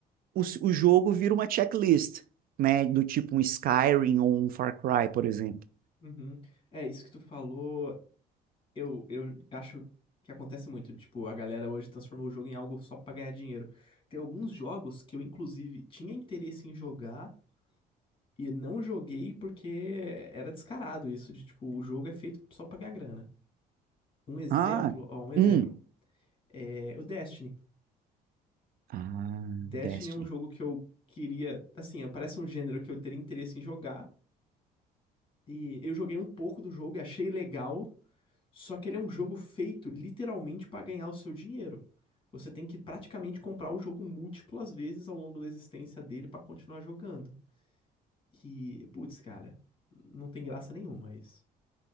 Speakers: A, on the right (about 60°); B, on the left (about 30°).
A: o, o jogo vira uma checklist, né? Do tipo um Skyrim ou um Far Cry, por exemplo.
B: uhum. É, isso que tu falou, eu, eu acho que acontece muito. Tipo, a galera hoje transformou o jogo em algo só pra ganhar dinheiro. Tem alguns jogos que eu, inclusive, tinha interesse em jogar e não joguei porque era descarado isso, de tipo, o jogo é feito só pra ganhar grana. Um exemplo,
A: Ah,
B: ó, um exemplo.
A: um.
B: É o Destiny.
A: Ah,
B: Destiny
A: Destiny.
B: é um jogo que eu queria, assim, parece um gênero que eu teria interesse em jogar. E eu joguei um pouco do jogo e achei legal, só que ele é um jogo feito literalmente pra ganhar o seu dinheiro. Você tem que praticamente comprar o jogo múltiplas vezes ao longo da existência dele pra continuar jogando. E, putz, cara, não tem graça nenhuma isso.